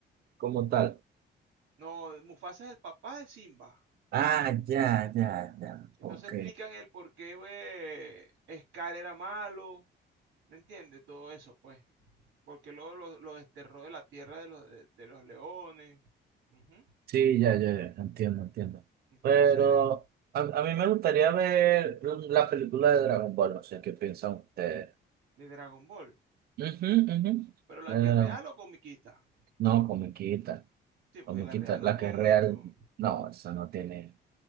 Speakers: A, on the right; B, on the right.
A: como tal.
B: No, Mufasa es el papá de Simba.
A: Ah, ya, ya, ya,
B: Entonces
A: ok.
B: explican el por qué eh, Scar era malo, ¿me entiendes? Todo eso, pues. Porque luego lo, lo desterró de la tierra de los, de, de los leones. Ujú.
A: Sí, ya, ya, ya, entiendo, entiendo.
B: Entonces,
A: Pero a, a mí me gustaría ver la película de Dragon Ball, no sé qué piensan ustedes.
B: de Dragon Ball.
A: Ujú, ujú.
B: Pero la
A: No,
B: que es real
A: no,
B: o comiquita.
A: no, no, comiquita,
B: Sí, porque
A: comiquita,
B: la real no
A: la
B: tuvo
A: que es
B: mucho.
A: real, no, eso no tiene,